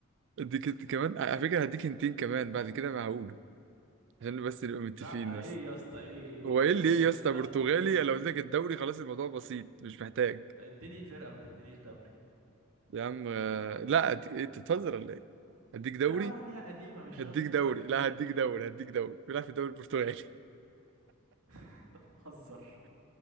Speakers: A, on the right; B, on the right.
A: اديك انت كمان على فكرة هديك انتين كمان بعد كده معقول عشان بس نبقى متفقين
B: لا ايه
A: بس
B: يا اسطى ايه ايه
A: هو ايه
B: ايه
A: اللي
B: انا
A: ايه
B: اديتك
A: يا اسطى
B: بتاع
A: برتغالي
B: 16
A: لو
B: هنت
A: اديتك الدوري خلاص الموضوع بسيط مش محتاج
B: اديني فرقة ما تدينيش دوري
A: يا عم آه، لا أد- إيه، انت بتهزر ولا ايه؟ هديك دوري
B: فرقة راح ليها قديمة مش
A: هديك
B: شرط
A: دوري
B: فرقة جديدة
A: لا هديك دوري هديك دوري بيلعب في الدوري البرتغالي
B: <laughs> انت بتهزر